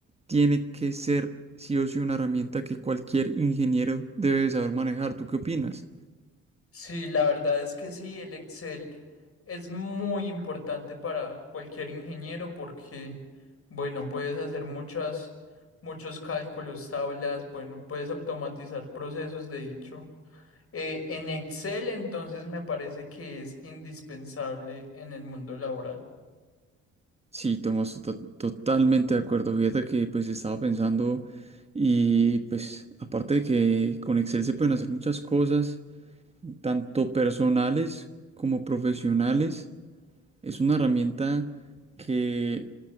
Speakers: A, on the right; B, on the left.
A: tiene que ser sí o sí una herramienta que cualquier ingeniero debe saber manejar. ¿Tú qué opinas?
B: Sí, la verdad es que sí, el Excel es muy importante para cualquier ingeniero porque, bueno, puedes hacer muchas, muchos cálculos, tablas, bueno, puedes automatizar procesos, de hecho. Eh, en Excel, entonces, me parece que es indispensable en el mundo laboral.
A: Sí, Tomás, to- totalmente de acuerdo. Fíjate que pues estaba pensando y pues aparte de que con Excel se pueden hacer muchas cosas, tanto personales como profesionales. Es una herramienta que